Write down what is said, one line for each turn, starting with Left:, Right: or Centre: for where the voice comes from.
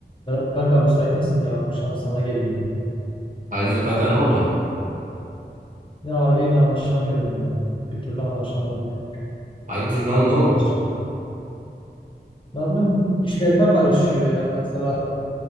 Left: Berat kanka müsait misin ya? Akşam sana geleyim.
Right: Hayırdır kanka ne oldu?
Left: Ya aileyle anlaşamıyorum ya. Bir türlü anlaşamadık.
Right: Hayırdır lan
Left: Sorunlar
Right: ne oldu?
Left: çıktı. Ne bileyim işlerime karışıyor ya. Mesela